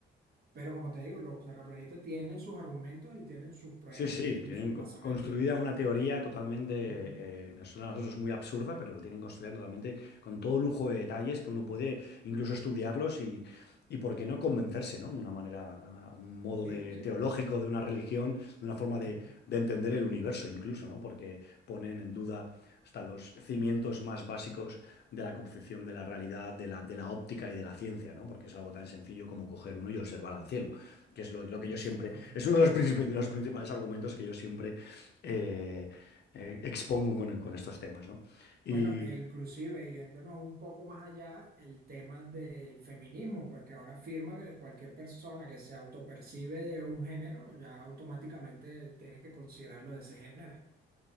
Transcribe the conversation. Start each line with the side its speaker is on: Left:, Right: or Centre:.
Right: Pero como te digo, los terraplanistas tienen sus argumentos y tienen sus pruebas
Left: Sí, sí,
Right: y tienen
Left: tienen
Right: sus
Left: co-
Right: basamentos.
Left: construida
Right: pues.
Left: una teoría totalmente,
Right: Ujú.
Left: eh, nos suena a nosotros muy absurda, pero lo tienen construida totalmente con todo lujo de detalles que uno puede incluso estudiarlos y, y por qué no convencerse, ¿no? De una manera, a un modo
Right: Sí,
Left: de
Right: sí,
Left: teológico, de una religión, de una forma de,
Right: Ujú.
Left: de entender el universo incluso, ¿no? Porque ponen en duda hasta los cimientos más básicos de la concepción de la realidad, de la, de la óptica y de la ciencia, ¿no? Porque es algo tan sencillo como coger uno y observar al cielo que es lo, lo que
Right: Exactamente.
Left: yo siempre, es uno de los, princip- de los principales argumentos que yo siempre eh, eh, expongo con, con estos temas, ¿no? Y
Right: Bueno, e inclusive yéndonos un poco más allá, el tema del feminismo, porque ahora afirma que cualquier persona que se autopercibe de un género, ya automáticamente tienes que considerarlo de ese género.